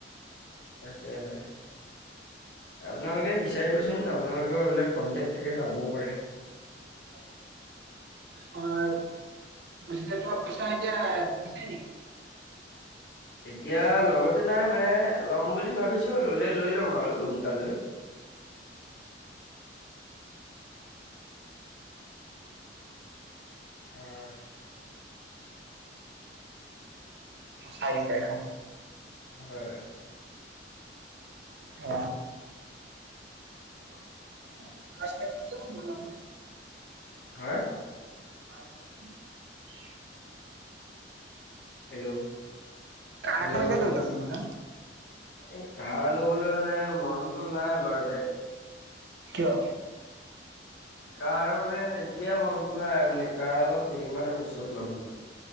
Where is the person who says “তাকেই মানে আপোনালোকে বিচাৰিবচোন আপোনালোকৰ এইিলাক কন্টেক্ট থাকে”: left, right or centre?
Left